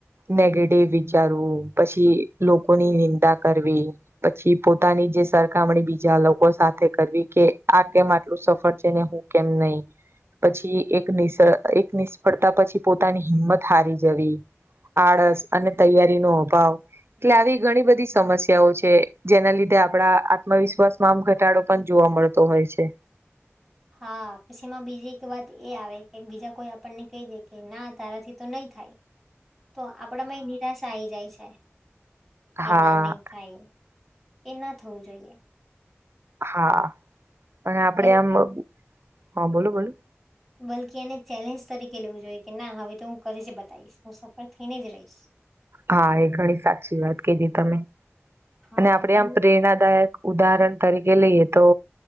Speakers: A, on the right; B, in the centre.
A: નેગેટિવ વિચારો પછી લોકોની નીંદા કરવી પછી પોતાની જે સરખામણી બીજા લોકો સાથે કરવી કે આ કેમ આટલું સફળ છે ને હું કેમ નહી પછી એક નિશ એક નિષ્ફળતા પછી પોતાની હિંમત હારી જવી આળસ અને તૈયારીનો અભાવ એટલે આવી ઘણી બધી સમસ્યાઓ છે જેના લીધે આપડા આત્મવિશ્વાસમાં આમ ઘટાડો પણ જોવા મળતો હોય છે
B: હા પછી એમાં બીજી એક વાત એ આવે કે બીજા કોઈ આપણને કહી દે કે ના તારાથી તો નહી થાય
A: હ <inaudible>
B: તો આપડામાં એ નિરાશા આઈ જાય છે કે
A: હા
B: ના નહી થાય એ ના થવું જોઈએ
A: હા અને આપડે
B: બલ હા
A: આમ હા બોલો બોલો
B: બલકી એને ચેલેન્જ તરીકે લેવું જોઈએ કે ના હવે તો હું કરીશ જ બતાવીશ હું સફર થઈને જ રહીશ
A: હા એ ઘણી સાચી વાત કીધી તમે
B: હા
A: અને આપડે
B: તમ
A: આમ પ્રેરણાદાયક ઉદાહરણ તરીકે લઈએ તો